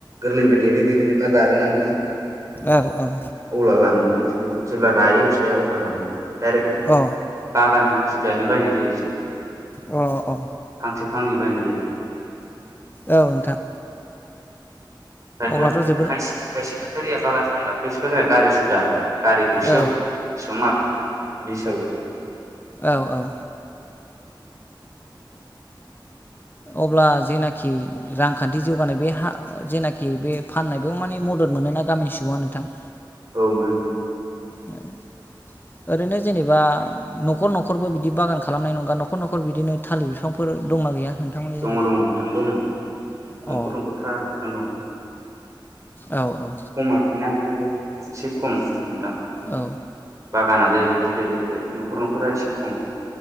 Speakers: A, on the right; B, on the left.
A: गोरलै ओमफ्राय देरै देरै देरना रागोनना नोंथां
B: औ औ।
A: अब्ला लाङो जेब्ला रायो फिथाइया अब्ला लां दाइरेक
B: औ
A: बागान सुददायैनो बायनाय जायो बिसोर
B: अ
A: फांसे फांनै बायनाय जाया।
B: औ औ नोंथां।
A: खायफा
B: अब्लाथ' जोबोद
A: खायसे फाइखारिया बागान लायो खाइसे फायखारिया गारि सुदा गारि गंसेयाव
B: औ
A: बेसेबां माल बिदि हिसाबै
B: औ औ। अब्ला जेनाकि कि रांखान्थि जौगानाय बे हा जेनाखि बे फाननाय बेयाव माने मदद मोनोना गामिनि सुबुङा नोंथां?
A: औ मोनो मोनो
B: औ। ओरैनो जेनेबा न'खर न'खरबो बिदि बागान खालामनाय नंङा न'खर न'खर बिदिनो थालिर बिफां फां फोर दंना गैया? नोंथांमोननि
A: दङ'
B: जायगायाव
A: दङ' नोंथां दङ'
B: अ
A: न'खर
B: औ
A: न'खर थालिर बिफां दं।
B: औ
A: खम आरोखि ना थेवबो एसे खम नोंथां
B: औ
A: बागाना जाहैबाय गि देरलायबाय न'खर न'खरा एसे खम।